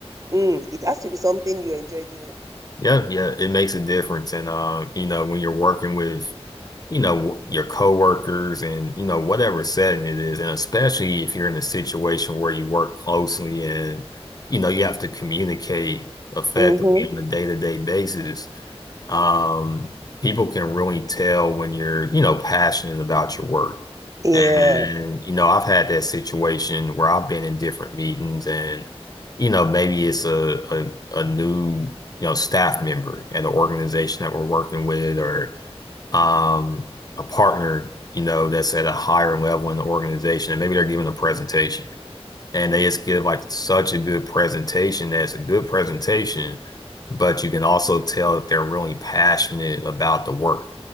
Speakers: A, on the right (about 30°); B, on the left (about 35°).
A: Mm, it has to be something you enjoy doing.
B: Yeah, yeah, it makes a difference. And uh, you know, when you're working with you know, your coworkers and, you know, whatever setting it is. And especially if you're in a situation where you work closely and, you know, you have to communicate effectively
A: Mm-hmm.
B: on a day-to-day basis. Um, people can really tell when you're, you know, passionate about your work.
A: Yeah.
B: And, you know, I've had that situation where I've been in different meetings and, you know, maybe it's a, a, a new, you know, staff member at an organization that we're working with or, um, a partner, you know, that's at a higher level in the organization, and maybe they're giving a presentation and they just give like such a good presentation that's a good presentation, but you can also tell that they're really passionate about the work,